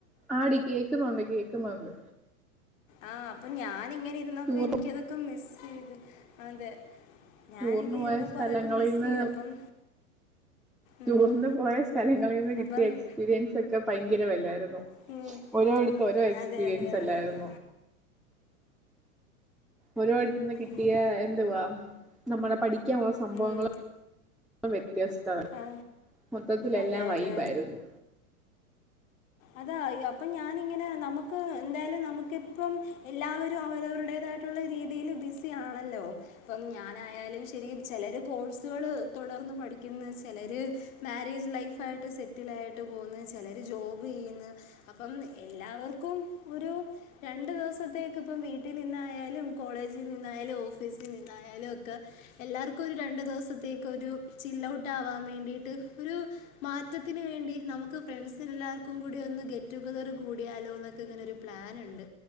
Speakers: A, in the centre; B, on the left (about 60°).
A: ആടി കേൾക്കുന്നുണ്ട് കേക്കുന്നുണ്ട്.
B: ആ അപ്പൊ ഞാ നിങ്ങനെ ഇരുന്നപ്പ
A: ടൂറിന്
B: എനിക്കതൊക്കെ മിസ് ചെയ്ത് അതെ ഞാനിങ്ങനെ
A: ടൂറിനുപോയ
B: ഇരുന്നപ്പോൾ
A: സ്ഥലങ്ങളീന്ന്.
B: അതൊക്കെ മിസ്സ് ചെയ്തപ്പം ഉം
A: ടൂർന്ന് പോയ സ്ഥലങ്ങളിൽ നിന്ന് കിട്ടിയ
B: അപ്പം
A: എക്സ്പീരിയൻസ് ഒക്കെ ഭയങ്കര വല്ലായിരുന്നു.
B: ഉം
A: ഓരോടത്ത
B: ഉം
A: ഓരോ എക്സ്പീരിയൻസ്
B: അതെ അതെ അതെ
A: അല്ലായിരുന്നു.
B: അതെ
A: ഓരോടുത്തുന്ന് കിട്ടിയ
B: ഉം
A: എന്ത് വാ നമ്മളെ പഠി കാനുള്ള സംഭവങ്ങ
B: ഉം
A: വ്യത്യസ്ത
B: ആ
A: മൊത്തത്തിലെല്ലാം
B: അതെ
A: വൈബായിരുന്നു
B: അതെ അതായോ അപ്പൊ ഞാനിങ്ങനെ നമുക്ക് എന്തായാലും നമുക്കിപ്പം എല്ലാവരും അവരവരുടേത യിട്ട രീതിൽ ബിസി ആണല്ലോ അപ്പ ഞാനായാലും ശരി ചെലര്കോഴ്സുകൾ തുടർന്ന് പഠിക്കുന്നത് ചിലർ മാരേജ് ലൈഫായിട്ട് സെറ്റിൽ ആയിട്ട് പോകുന്നത് ചിലര് ജോ ചെയ്യുന്നു അപ്പം എല്ലാവർക്കും ഒരു രണ്ടു ദിവസത്തേക്ക് ഇപ്പം വീട്ടിൽ നിന്നായാലും. കോളേജിനിന്നായാലും ഓഫീസി നിന്നായാലും ഒകെ എല്ലാർകു ഒരു രണ്ട് ദിവസത്തേക്ക് ചിൽ ട്ടാവാൻ വേണ്ടിട്ട് ഒരു മാറ്റത്തിന് വേണ്ടി നമുക്ക് ഫ്രണ്ട്സിന എല്ലാവർക്കും. കൂടി ഒന്ന് ഗെറ്റ് ടുഗതർ കൂടിയാലോക്കെ ഇങ്ങനെ ഒരു പ്ലാനി ണ്ട്